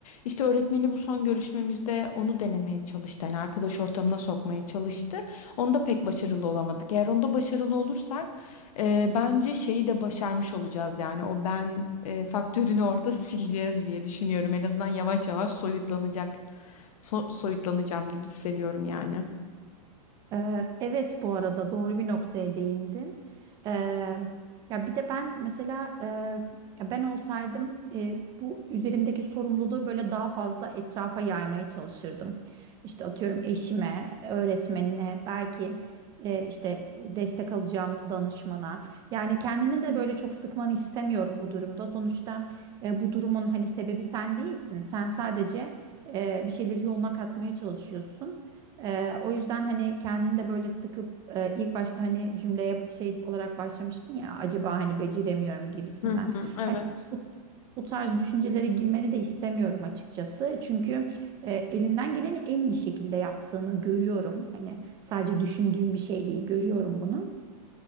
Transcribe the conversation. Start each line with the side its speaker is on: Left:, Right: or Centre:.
Left: İşte öğretmeni bu son görüşmemizde onu denemeye çalıştı. Yani arkadaş ortamına sokmaya çalıştı. Onda pek başarılı olamadık. Eğer onda başarılı olursak e, bence şeyi de başarmış olacağız. Yani o ben e, faktörünü orada <laughs> sileceğiz diye düşünüyorum. En azından yavaş yavaş soyutlanacak. So- soyutlanacağım gibi hissediyorum yani.
Right: Ee, evet bu arada doğru bir noktaya değindin. Ee, ya bir de ben mesela e, ya ben olsaydım e, bu üzerimdeki sorumluluğu böyle daha fazla etrafa yaymaya çalışırdım. İşte atıyorum eşime, öğretmenine, belki e, işte destek alacağımız danışmana. Yani kendini de böyle çok sıkmanı istemiyorum bu durumda. Sonuçta e, bu durumun hani sebebi sen değilsin. Sen sadece e, bir şeyleri yoluna katmaya çalışıyorsun. Ee, o yüzden hani kendini de böyle sıkıp e, ilk başta hani cümleye şey olarak başlamıştın ya acaba hani beceremiyorum gibisinden.
Left: Hı hı, evet.
Right: Hani bu, bu tarz düşüncelere girmeni de istemiyorum açıkçası. Çünkü e, elinden geleni en iyi şekilde yaptığını görüyorum. Hani sadece düşündüğüm bir şey değil görüyorum bunu.